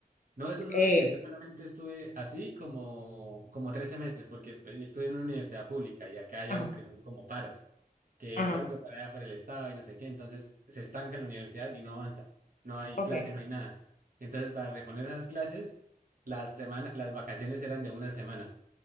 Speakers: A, on the right; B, on the left.
A: no, eso es horrible,
B: eh,
A: yo solamente estuve así como, como tres semestres, porque después yo estuve en una universidad pública y acá hay
B: ajá,
A: algo que son como paros. que
B: ajá,
A: es algo para allá por el Estado y no sé qué, entonces se estanca en la universidad y no avanza, no hay
B: ok,
A: clase no hay nada. Entonces, para reponer esas clases, las semana, las vacaciones eran de una semana